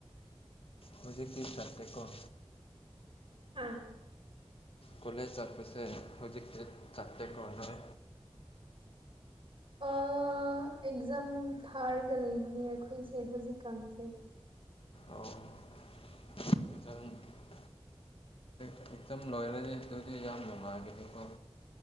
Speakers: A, on the left; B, on the right.
A: ꯍꯨꯖꯤꯛꯀꯤ ꯆꯠꯇꯦꯀꯣ
B: ꯍꯥꯥ
A: ꯀꯣꯂꯦꯁ ꯆꯠꯄꯁꯦ ꯍꯨꯖꯤꯛꯇꯤ ꯆꯠꯇꯦꯀꯣ ꯅꯣꯏ
B: ꯑ ꯑꯦꯛꯖꯥꯝ ꯊꯥꯔꯒ ꯂꯩꯕꯅꯦ ꯑꯩꯈꯣꯏꯁꯦ ꯍꯧꯖꯤꯛꯀꯥꯟꯁꯦ
A: ꯑꯣ <inaudible> ꯂꯥꯏꯔꯤꯛꯇꯝ ꯂꯣꯏꯔꯗꯤ ꯑꯗꯨꯗꯤ ꯌꯥꯝ ꯅꯨꯡꯉꯥꯏꯕꯅꯤꯀꯣ